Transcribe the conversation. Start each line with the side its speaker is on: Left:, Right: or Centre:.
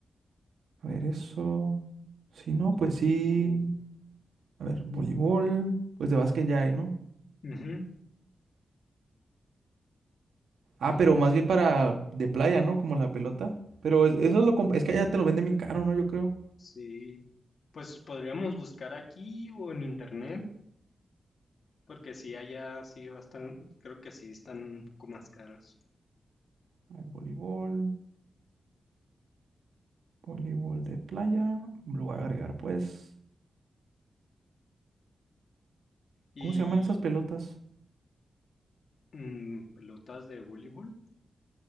Right: A ver, eso. Si no,
Left: Y
Right: pues sí.
Left: luego...
Right: A ver, voleibol. Pues de básquet ya hay, ¿no?
Left: Ujú,
Right: Ah, pero
Left: ujú,
Right: más bien para de playa, ¿no? Como la pelota. Pero es- eso lo, com- es que allá te lo venden bien caro, ¿no? Yo creo.
Left: Sí, pues podríamos buscar aquí o en internet, porque si allá sí bastan, creo que sí están un poco más caros.
Right: A ver, voleibol. Voleibol de playa. Lo voy a agregar, pues.
Left: Y
Right: ¿Cómo se llaman esas pelotas?
Left: mm, pelotas de voleibol.